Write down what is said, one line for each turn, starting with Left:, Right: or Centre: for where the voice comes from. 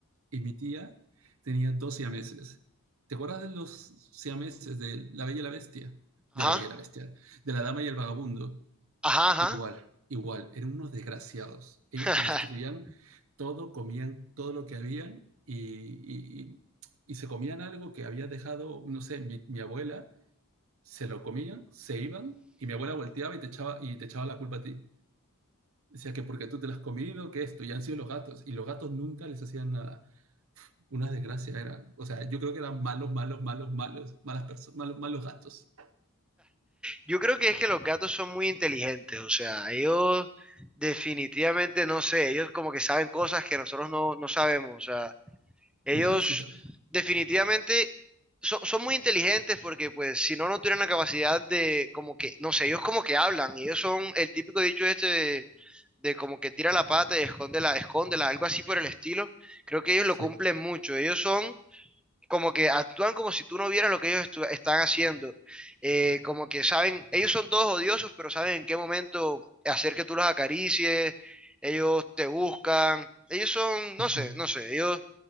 Right: Y mi tía tenía dos siameses. ¿Te acuerdas de los siameses de La Bella y la Bestia? De
Centre: Ajá,
Right: La Bella y la Bestia, de La Dama y el Vagabundo.
Centre: ajá,
Right: Igual, igual, eran unos desgraciados. Ellos
Centre: ajá.
Right: te destruían
Centre: <laughs>
Right: todo, comían todo lo que habían y, y- y- y se comían algo que había dejado, no sé, mi, mi abuela, se lo comían, se iban y mi abuela volteaba y te echaba, y te echaba la culpa a ti. Decía que porque tú te lo has comido, que esto, y han sido los gatos, y los gatos nunca les hacían nada. Una desgracia era. O sea, yo creo que eran malos, malos, malos, malos, malas personas, malos, malos gatos.
Centre: Yo creo que es que los gatos son muy inteligentes, o sea, ellos definitivamente, no sé, ellos como que saben cosas que nosotros no, no sabemos, o sea. Ellos
Right: Ya, sí, también.
Centre: definitivamente son, son muy inteligentes porque pues si no, no tuvieran la capacidad de como que, no sé, ellos como que hablan, ellos son el típico dicho este de, de como que tira la pata y escóndela, escóndela, algo así por el estilo. Creo que ellos
Right: Sí.
Centre: lo cumplen mucho, ellos son como que actúan como si tú no vieras lo que ellos estu- están haciendo, Eh, como que saben, ellos son todos odiosos, pero saben en qué momento hacer que tú los acaricies, ellos te buscan. Ellos son, no
Right: Ajá,
Centre: sé, no sé, ellos